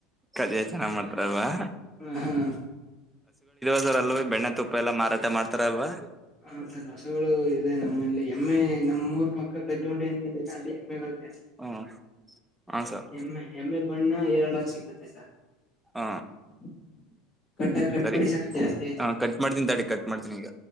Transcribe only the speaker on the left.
ಹ್ಮ ಹ್ಮ
ಹ ಸರ್ ಹಸುಗಳು ಇದೆ ನಮ್ಮ <unintelligible> ಇಲ್ಲ ಎಮ್ಮೆ ನಮ್ಮ ಊರು ಪಕ್ಕ ಕಟ್ಕೊಂಡಿ <unintelligible>
ಎಮ್ಮೆ ಎಮ್ಮೆ ಬಣ್ಣ ಎರಡು ಹಾಚಿ <unintelligible> <unintelligible>
ಸರ್ ಕಟ್ಟ ಕಟ್
ಮಾಡಿ ಸರ್ ಜಾಸ್ತಿ ಆಯ್ತು